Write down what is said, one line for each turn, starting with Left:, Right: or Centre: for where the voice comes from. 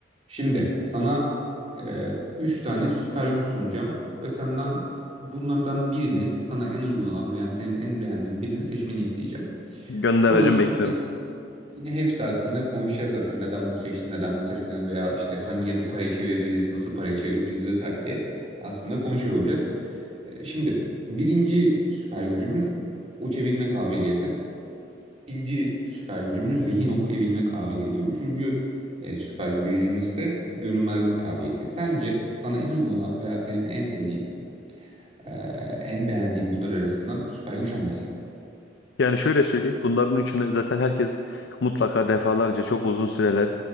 Right: Şimdi sana e, üç tane süper güç sunacağım ve senden bunlardan birini sana en uygun olan veya senin en beğendiğin birini seçmeni isteyeceğim.
Left: Gönder
Right: Sonrasında
Left: hacım bekliyorum.
Right: yine yine hepsi hakkında konuşacağız zaten neden bunu seçtin, neden bunu seçmedin veya işte hangilerini paraya çevirebiliriz, nasıl paraya çevirebiliriz vesaire diye aslında konuşuyor olacağız. E, şimdi birinci süper gücümüz uçabilme kabiliyeti. İkinci süper gücümüz zihin okuyabilme kabiliyeti. Üçüncü e, süper gücümüz ise görünmezlik kabiliyeti. Sence sana en uygulanan veya senin en sevdiğin, e, en beğendiğin bunlar arasından süper güç hangisi?
Left: Yani şöyle söyleyeyim. Bunların üçünü zaten herkes mutlaka defalarca çok uzun süreler